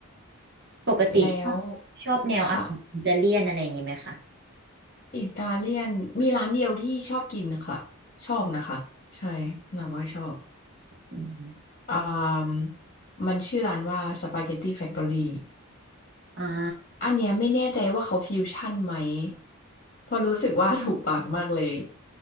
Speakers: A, on the right (about 50°); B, on the left (about 40°).
A: ปกติชอบชอบแนวอาหารอิตาเลียนอะไรอย่างนี้ไหมคะ
B: แล้วค่ะ อิตาเลียนมีร้านเดียวที่ชอบกินค่ะชอบนะคะใช่นับว่าชอบ
A: อืม
B: อ่ามมันชื่อร้านว่าสปาเกตตี้แฟคทอรี่
A: อ่า
B: อันเนี้ยไม่แน่ใจว่าเขาฟิวชั่นไหมเพราะรู้สึกว่าถูกปากมากเลย